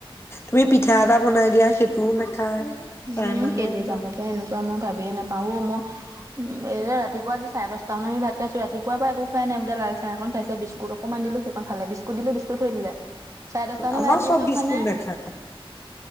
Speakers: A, on the left (about 25°); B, on the right (about 35°).
A: তুমি পিঠা এটা বনাই দিয়া সেইটোও নাখায়। তাই
B: উম
A: মানে
B: কেলে
A: একদম
B: জানো পাই এনেকুৱা মই ভাবিয়ে নাপাওঁ অ মই। উ এই ৰাতিপুৱাই যি চাৰে দচটা মানত আমি ভাত খাইছো ৰাতিপুৱাৰ পৰা একো খোৱা নাই সুদা লাল চাহ এখন খাইছে বিস্কুট অকণমান দিলো সেইকখন খালে বিস্কুট দিলো বিস্কুট থৈ দিলে, চাৰে দচটা মানত
A: আমাৰ
B: ভাত দিছো
A: চব বিস্কুট
B: মানে।
A: নাখায়।